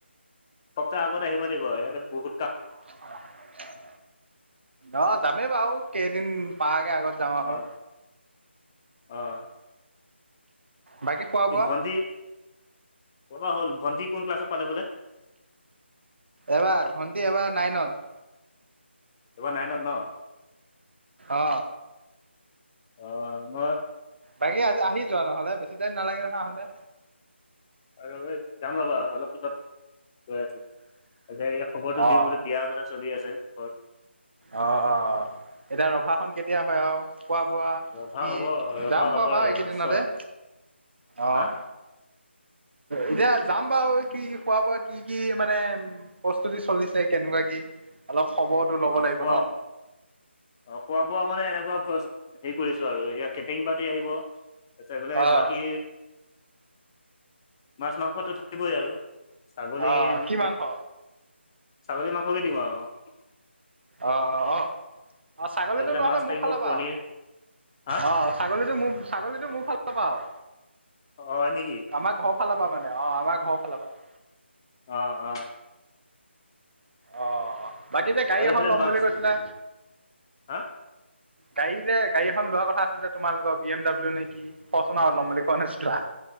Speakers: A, on the left (about 20°); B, on the right (about 60°).
A: সপ্তাহ আগত আহিব লাগিব ইয়াতে বহুত কাম।
B: <unintelligible> অ' যামেই বাৰু কেইদিন পাআঁগে আগত। যাওঁ
A: অ'
B: আৰু
A: অ'।
B: বাকী খোৱা বোৱা
A: এই ভণ্টি, কবা হ'ল ভণ্টি কোন ক্লাছত পালে বোলে?
B: এবাৰ ভণ্টি এইবাৰ নাইনত।
A: এইবাৰ নাইনত ন?
B: অ
A: অ' <unintelligible>
B: বাকি আজি আহি যোৱা নহলে বেছি তাইম নালাগে নহয় আহোতে।
A: আৰু এ যাম ৰবা অলপ পিছত গৈ আছে ত এই খবৰটো
B: অ
A: দিওঁ বোলে বিয়া চলি আছে ঘৰত।
B: অ' অ' এতিয়া ৰভাখন কেতিয়া হয় আৰু? খোৱা বোৱা
A: ৰভা
B: কি,
A: হ'ব ৰভা
B: যাম
A: হ'ব
B: মই বাৰু
A: ৰ'বা
B: এইকেইদিনতে
A: চ
B: অ'।
A: হা
B: এতিয়া যাম বাৰু কি কি খোৱা বোৱা কি কি মানে প্ৰস্তুতি চলিছে। কেনেকুৱা কি অলপ খবৰটো ল'ব
A: অ'
B: লাগিব
A: খোৱা
B: ন
A: অ' খোৱা বোৱা মানে এনেকুৱা হে কৰিছো আৰু এ কেটেৰিং পাৰ্টি আহিব। তাৰপিছত ইফালে
B: অ
A: বাকী মাচ মাংসটো থাকিবই আৰু। ছাগলী
B: অ' কি মাংস
A: বে- ছাগলী মাংসকে দিওঁ আৰু।
B: অ' অ' অ ছাগলীটো
A: আৰু এইফালে
B: নহলে
A: মাছ থাকিব
B: মোৰ ফালৰ
A: পনীৰ
B: পৰা আৰু,
A: হা
B: অ'। ছাগলীটো মোৰ- ছাগলীটো মোৰ ফালৰ পৰা পাওঁ।
A: হয় নেকি?
B: আমাৰ ঘৰ ফালৰ পৰা মানে, অ' আমাৰ ঘৰ ফালৰ পৰা।
A: অ' অ'।
B: অ' বাকী যে গাড়ী
A: আৰু
B: এখন
A: এইফালে
B: লম
A: মাছ
B: বুলি কৈছিলে?
A: <unintelligible>
B: গাড়ী যে গাড়ীখন লোৱা কথা আছিলে তোমালোকৰ বি এম ডাব্লউ নেকি? ফৰ্চোনা্ৰ লম বুলি কোৱা নাছিলা?